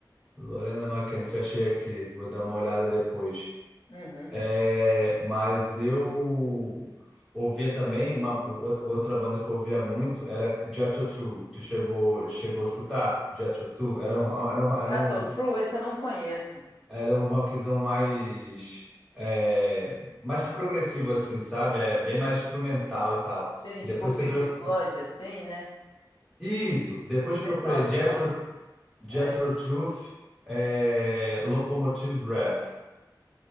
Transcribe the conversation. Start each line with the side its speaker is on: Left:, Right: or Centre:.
Centre: Lorena McKennitt, achei aqui. Vou dar uma olhada depois.
Left: Uhum.
Centre: É, mas eu ouvia também uma outra outra banda que eu ouvia muito era Jethro Tull. Tu chegou chegou a escutar Jethro Tull? Era um era um, era
Left: Jethro
Centre: um,
Left: Tull, esse eu não conheço.
Centre: era um rockzão mais é, mais progressivo assim, sabe? É bem mais instrumental e tal.
Left: Sim,
Centre: Depois
Left: tipo Pink
Centre: você procura...
Left: Floyd assim, né?
Centre: Isso, depois
Left: No metalzão.
Centre: procurei Jethro Jethro
Left: É,
Centre: Tull é, Locomotive Breath.